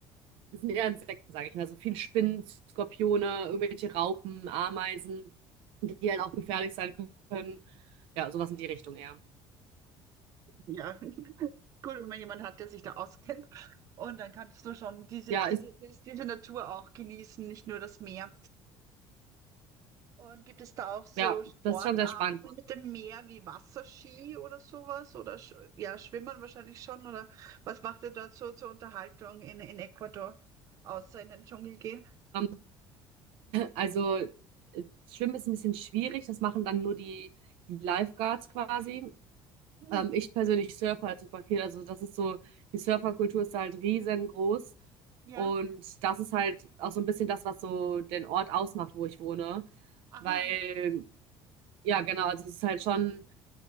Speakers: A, on the right (about 70°); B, on the right (about 35°).
A: das sind eher Insekten, sage ich mal. So viel Spinnen, Skorpione, irgendwelche Raupen, Ameisen, die halt auch gefährlich sein können. Ja, sowas in die Richtung eher.
B: Ja, <laughs> gut, wenn man jemanden hat, der sich da auskennt. Und dann kannst du schon diese,
A: Ja,
B: diese,
A: ist,
B: diese Natur auch genießen, nicht nur das Meer. Und gibt es da auch so
A: ja,
B: Sportarten
A: das ist schon sehr spannend.
B: mit dem Meer wie Wasserski oder sowas? Oder sch ja, Schwimmen wahrscheinlich schon. Oder was macht ihr dort so zur Unterhaltung in, in Ecuador, außer in den Dschungel gehen?
A: Ähm, also, äh, Schwimmen ist ein bisschen schwierig. Das machen dann nur die, die Lifeguards quasi.
B: Hm,
A: Ähm, ich persönlich surfe halt super viel. Also, das ist so, die Surferkultur ist halt riesengroß.
B: ja,
A: Und das ist halt auch so ein bisschen das, was so den Ort ausmacht, wo ich wohne.
B: aha,
A: Weil Ja, genau. Also es ist halt schon,